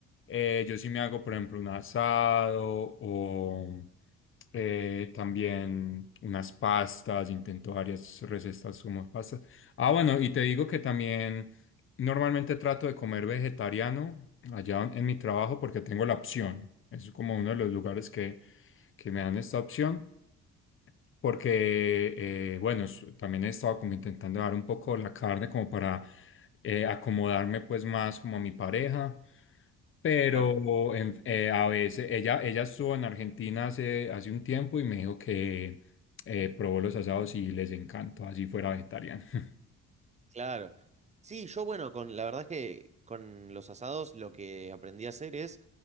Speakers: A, on the left (about 45°); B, on the right (about 25°).
A: eh, yo sí me hago, por ejemplo, un asado o eh, también unas pastas, intento varias recetas como pastas. Ah, bueno, y te digo que también normalmente trato de comer vegetariano allá en en mi trabajo porque tengo la opción. Es como uno de los lugares que, que me dan esta opción porque, eh, bueno, es- también he estado como intentando dar un poco la carne como para eh, acomodarme pues más como a mi pareja, pero
B: Claro.
A: en- eh, a veces ella, ella estuvo en Argentina hace, hace un tiempo y me dijo que eh, probó los asados y les encantó, así fuera vegetariana. <laughs>
B: Claro. Sí, yo bueno, con la verdad es que con los asados lo que aprendí a hacer es